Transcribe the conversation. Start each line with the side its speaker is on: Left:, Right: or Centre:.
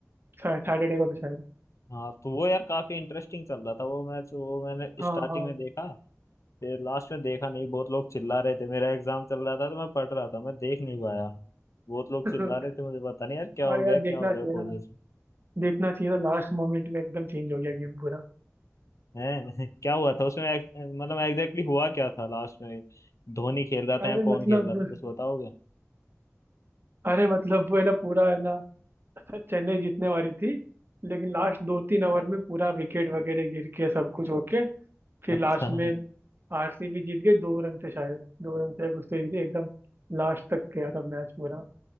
Right: सैटरडे को तो शायद
Left: हाँ तो वो यार काफी इंटरेस्टिंग चल रहा था वो मैच वो मैंने
Right: हाँ
Left: स्टार्टिंग
Right: हाँ
Left: में देखा फिर लास्ट में देखा नहीं बहुत लोग चिल्ला रहे थे मेरा एग्जाम चल रहा था तो मैं पढ़ रहा था मैं देख नहीं पाया बहुत लोग
Right: <laughs>
Left: चिल्ला रहे थे मुझे पता नहीं यार क्या हो
Right: और
Left: गया
Right: यार
Left: क्या
Right: देखना
Left: हो गया
Right: चाहिए
Left: कॉलेज
Right: ना देखना चाहिए था लास्ट मोमेंट में एकदम चेंज हो गया गेम पूरा
Left: है <laughs> क्या हुआ था उसमें एक- मतलब एग्जैक्टली हुआ क्या था लास्ट में धोनी खेल रहा था
Right: अरे
Left: या कौन
Right: मतलब
Left: खेल रहा था कुछ बताओगे
Right: अरे मतलब वो है ना पूरा है ना चेन्नई जीतने वाली थी लेकिन लास्ट दो तीन ओवर में पूरा विकेट वगैरह गिर के सब कुछ होके फिर
Left: अच्छा
Right: लास्ट
Left: <laughs>
Right: में आरसीबी जीत गई दो रन से शायद दो रन से कुछ तो जीती एकदम लास्ट तक गया था मैच पूरा